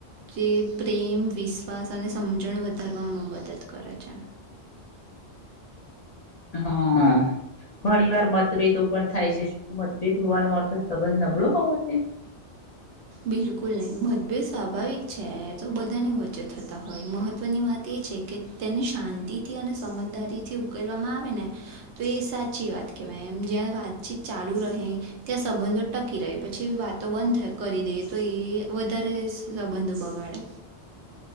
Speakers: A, on the right; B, on the left.
A: જે પ્રેમ વિશ્વાસ અને સમજણ વધારવામાં મદદ કરે છે.
B: હા. ઘણી વાર મતભેદો પણ થાય છે, શું મતભેદ હોવાનો અર્થ સંબંધ નબળો હોવો, તે <inaudible>
A: બિલકુલ નહી, મતભેદ સ્વાભાવિક છે, તો બધાને વચ્ચે થતા હોય મહત્વની વાત એ કે, તેને શાંતિથી અને સમજદારીથી ઉકેલવામાં આવે, ને તો એ સાચી વાત કેવાય એમ જ્યાં વાતચીત ચાલુ રહે, ત્યાં સંબંધો ટકી રહે પછી, વાતો બંધ થઈ કરી, દે તો એ વધારે સંબંધો બગાડે